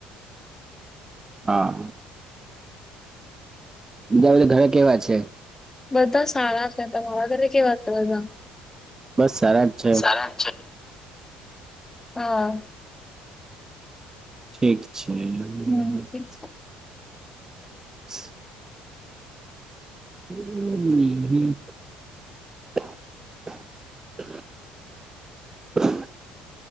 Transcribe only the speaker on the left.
બધા સારા છે તમારા ઘરે કેવા છે બધા
સારા છે. હા.
હમ ઠીક છે